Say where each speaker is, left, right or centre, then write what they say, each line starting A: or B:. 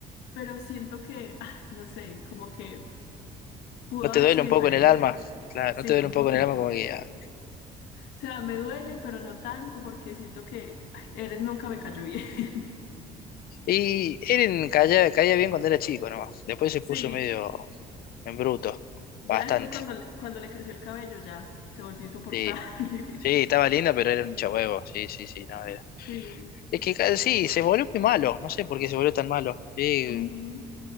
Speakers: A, on the left; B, on the left.
A: pero siento que, ay, no sé, como que pudo
B: ¿no
A: haber
B: te duele
A: sido
B: un poco
A: diferente.
B: en el alma? Claro,
A: Sí,
B: ¿no te duele
A: un
B: un poco
A: poquito.
B: en el alma como que... ah,
A: O sea, me duele, pero no tanto porque siento que ay, Eren nunca me cayó bien. <laughs>
B: Y Eren caía, caía bien cuando era chico nomás. Después se
A: Sí,
B: puso medio en bruto.
A: ya
B: Bastante.
A: después cuando, le- cuando le creció el cabello ya se volvió insoportable.
B: Sí, sí,
A: <laughs>
B: estaba linda, pero era un chabuevo. Sí, sí, sí, no era.
A: Sí,
B: Es que ca- sí, se volvió muy malo. No sé por qué se volvió tan malo. Sí,
A: ujú,